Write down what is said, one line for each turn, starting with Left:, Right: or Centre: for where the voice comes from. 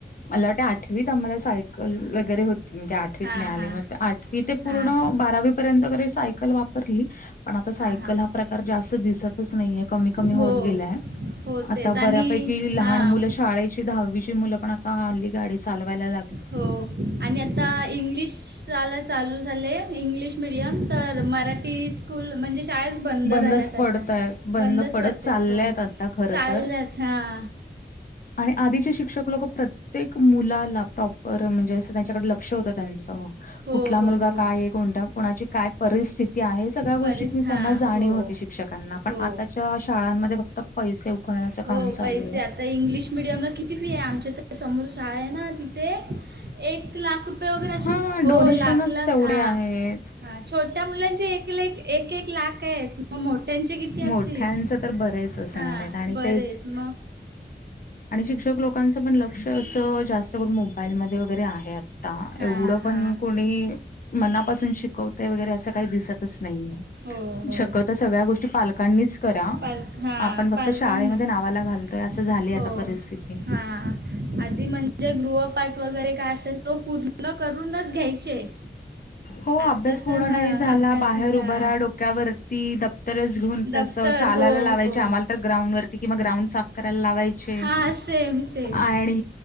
Left: मला वाटे आठवीत आम्हाला सायकल वगैरे होत म्हणजे आठवीत
Right: हां
Left: मिळाली
Right: हां
Left: मग आठवी ते पूर्ण
Right: हां
Left: बारावी पर्यंत तरी सायकल वापरली पण आता सायकल
Right: हां हां
Left: हा प्रकार जास्त दिसतच नाहीये, कमी- कमी
Right: हो
Left: होत गेलाय.
Right: हो
Left: आता
Right: तेच आणि
Left: बऱ्यापैकी लहान
Right: हां
Left: मुलं शाळेची दहावीची मुलं पण आता हल्ली गाडी चालवायला लागले.
Right: हो आणि आता इंग्लिश शाला चालू झाले, इंग्लिश मिडियम तर मराठी स्कूल म्हणजे शाळा बंद
Left: बंदच
Right: झाल्यात
Left: पडतायत
Right: अशा,
Left: बंद
Right: बंदच
Left: पडत
Right: पडतायेत
Left: चालल्यात
Right: हो
Left: आता खरं
Right: चालल्यात
Left: तर
Right: हा.
Left: आणि आधीचे शिक्षक लोक प्रत्य प्रत्येक मुलाला प्रॉपर म्हणजे असं त्यांच्याकडे लक्ष होतं त्यांचं.
Right: हो
Left: कुठला मुलगा
Right: हो हो
Left: काय आहे, कोण कोणाची काय परिस्थिती आहे, सगळ्या गोष्टी
Right: परि हां
Left: त्यांना जाणीव
Right: हो
Left: होती अशी. शिक्षकांना पण
Right: हो
Left: आताच्या शाळांमध्ये फक्त पैसे उकळण्याचं
Right: हो
Left: काम चालूये.
Right: पैसे आता इंग्लिश मिडियमला किती फी आहे, आमच्या समोर शाळा आहे ना तिथे एक लाख रुपये वगैरे अशे,
Left: हा
Right: हो
Left: डोनेशनच
Right: लाख- लाख
Left: तेवढे
Right: हा.
Left: आहेत
Right: हा छोट्या मुलांचे एक ले क एक- एक लाख ये, मग मोठ्यांचे किती असतील?
Left: मोठ्यांच तर बरेच असणार
Right: हां.
Left: आहेत आणि
Right: बरेच
Left: तेच,
Right: मग
Left: आणि शिक्षक लोकांचं पण लक्ष असं जास्त करून मोबाईलमध्ये वगैरे आहे. आता
Right: हां
Left: एवढं पण
Right: हां
Left: कोणी मनापासून शिकवतय वगैरे असं काही दिसतच नाहीये.
Right: हो हो
Left: शक्यतो सगळ्या गोष्टी पालकांनीच करा,
Right: पाल हां
Left: आपण फक्त
Right: पालकांनीच
Left: शाळेमध्ये नावालाच घालतो. तर असं झाली
Right: हो
Left: आता परिस्थिती.
Right: हां आधी म्हणजे गृहपाठ वगैरे काय असेल तो पूर्ण करूनच घ्यायचे.
Left: हो
Right: आत्ताचा
Left: अभ्यास पूर्ण
Right: हां
Left: नाही झाला,
Right: अभ्यास
Left: बाहेर उभ
Right: हां
Left: राहा, डोक्यावरती दप्तरच घेऊन
Right: दप्तर
Left: तसं चालायला
Right: हो
Left: लावायंच,
Right: हो
Left: आम्हाला तर ग्राउंड वर किंवा ग्राउंड साफ करायला लावाय चे
Right: हां सेम सेम
Left: आणि